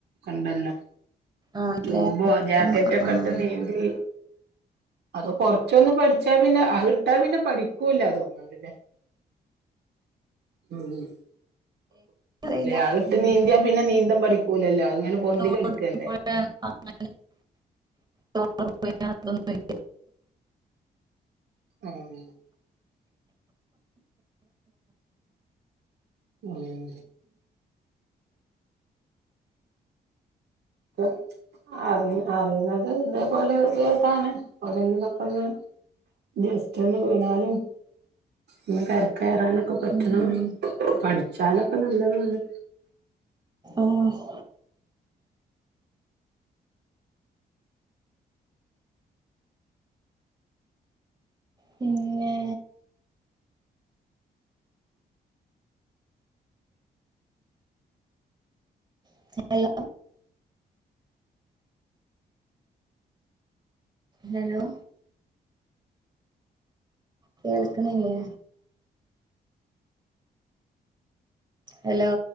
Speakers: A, on the right (about 75°); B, on the right (about 25°).
A: ണ്ടല്ലൊ.
B: ആഹ്
A: ട്യൂബോ
B: ജാക്കറ്റ്
A: ജാക്കറ്റൊക്കെ
B: ആഹ് ആഹ്
A: ട്ട് നീന്തീ, അത് കൊർച്ചൊന്ന് പഠ്ച്ചാ പിന്നെ അഹ് ട്ടാ പിന്നെ പഠിക്കൂല്ല തോന്ന്ണ്ട്ലേ. ഉം ഉം
B: അറിയില്ല
A: ലേ അത്ട്ട്
B: ഉം
A: നീന്ത്യാ പിന്നെ നീന്തം പഠിക്കൂലല്ലൊ, അത്ങ്ങനെ പൊന്തി
B: തോട്
A: കെട്ക്കല്ലേ.
B: <unintelligible>
A: ഉം ഉം ഉം. അ അറിയുന്നത് ഇതേപോലേ <unintelligible> ക്കെന്ന്. ജസ്റ്റന്ന് വീണാലും. ഇന്ന് കര കയറാനൊക്കെ പറ്റണം.
B: ഉം ഉം
A: പഠിച്ചാലൊക്കെ നല്ലതാണ്.
B: ആഹ്. പിന്നെ <unintelligible> ഹലോ കേൾക്കണില്ലേ? ഹലോ.